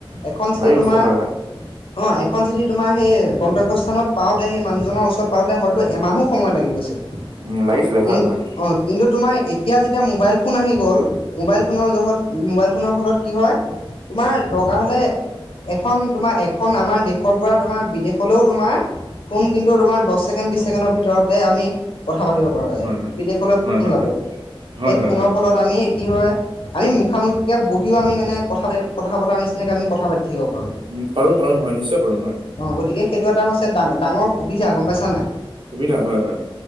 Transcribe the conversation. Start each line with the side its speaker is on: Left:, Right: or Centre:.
Left: এখন চিঠি
Right: লাগি গৈছিলে
Left: তোমাৰ
Right: হয় হয়
Left: অ' এখন যিদি তোমাৰ সেই গন্তব্য স্থানত পাওঁতে সেই মানুহজনৰ ওচৰত পাওঁতে হয়টো এমাহো সময় লাগি গৈছিল,
Right: উম লাগিছিলে
Left: কি
Right: হয় হয়
Left: কিন্তু তোমাৰ এতিয়া যেতিয়া এতিয়া মোবাইল ফোন আহি গ'ল মোবাইল ফোনৰ জোহত মোবাইল ফোনৰ ফলত কি হয়। তোমাৰ দৰকাৰ হ'লে এখন তোমাৰ। এখন আমাৰ দেশৰ পৰা তোমাৰ বিদেশলৈও তোমাৰ ফোন কিন্তু তোমাৰ দহ ছেকেণ্ড বিশ ছেকেণ্ডৰ ভিতৰতে আমি কথা পাতিব পাৰো,
Right: হয় হয়
Left: বিদেশলৈ ফোন
Right: হয়
Left: যাব
Right: হয় হয়
Left: সেই
Right: হয় হয়
Left: ফোনৰ
Right: হয়
Left: ফলত আমি কি হয় আমি মুখামুখিকে বহিও আমি মানে কথা কথা বতাৰ নিচিনাকে আমি কথা পাতি থাকিব পাৰো।
Right: উম পাৰো পাৰো হয় নিশ্চয় পাৰো হয়।
Left: অঁ গতিকে সেইটো এটা হৈছে ডা ডাঙৰ সুবিধা গ'ম পাইছা নাই।
Right: সুবিধা হয়, হয়।